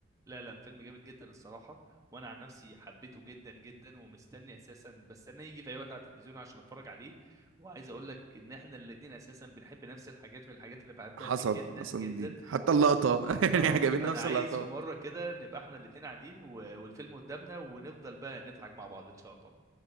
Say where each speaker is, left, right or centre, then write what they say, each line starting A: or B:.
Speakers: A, on the right; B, on the right.
A: لا لا فيلم جامد جدا الصراحه وانا عن نفسي حبيته جدا جدا ومستني اساسا بستناه يجي في اي وقت على التلفزيون عشان اتفرج عليه وعايز اقول لك ان احنا الاتنين اساسا بنحب نفس الحاجات من الحاجات اللي بحبها
B: حصل
A: فيه جدا
B: حصل
A: جدا
B: الدين حتى اللقطه <laughs> يعني
A: اه
B: احنا جايبين
A: فانا
B: نفس
A: عايز
B: اللقطات
A: في مره كده نبقى احنا الاتنين قاعدين و... والفيلم قدامنا ونفضل بقى نضحك مع بعض ان شاء الله